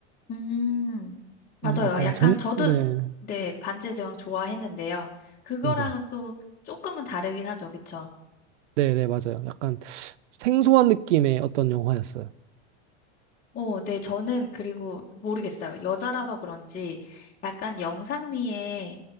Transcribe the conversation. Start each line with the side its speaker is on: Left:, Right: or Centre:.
Left: 음, 맞아요.
Right: 음, 약간
Left: 약간
Right: 전,
Left: 저도,
Right: 네,
Left: 네, 반지의 제왕 좋아했는데요. 그거랑은
Right: 네네.
Left: 또 조금은 다르긴 하죠. 그쵸?
Right: 네네, 맞아요. 약간 생소한 느낌의 어떤 영화였어요.
Left: 어, 네, 저는 그리고 모르겠어요. 여자라서 그런지 약간 영상미에